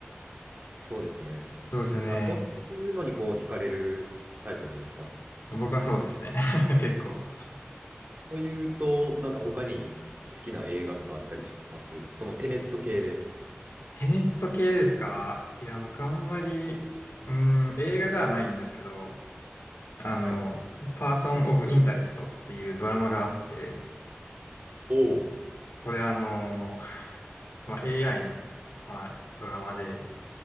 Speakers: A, on the right; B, on the left.
A: そうですね。
B: そうですよね。
A: あ、そういうのにこう、惹かれるタイプなんですか
B: 僕はそうですね。<laughs> 結構。
A: というと、なんか他に好きな映画とかあったりしますそのテネット系で。
B: テネット系ですかいや、僕あんまり、うーん、映画じゃないんですけど、あの、
A: はい。
B: パーソン・オブ・インタレストっていうドラマがあって、
A: おお。
B: これあの、まあ、AI の、まあ、ドラマで、